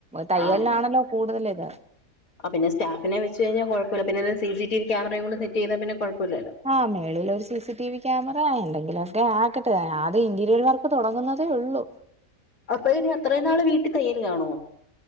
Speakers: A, in the centre; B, on the left (about 80°).
A: തയ്യൽനാണല്ലോ
B: ആഹ്
A: കൂടുതല് ഇത്
B: ആ പിന്നെ സ്റ്റാഫിനെ വെച്ച് കഴിഞാ കോഴപ്പല്ല പിന്നെ സി സി ടി വി ക്യാമറയും കൂടെ സെറ്റ് ചെയ്താ പിന്നെ കോഴപ്പല്ലല്ലോ
A: ആ മേളിലൊരു C C T V camera എന്തെങ്കിലോക്കെ ആക്കട്ടെ ആദ്യം ഇന്റീരിയർ വർക്ക് തൊടങ്ങുന്നതേ ഒള്ളു
B: അപ്പ ഇനി അത്രേം നാള് വീട്ടി തയ്യൽലാണോ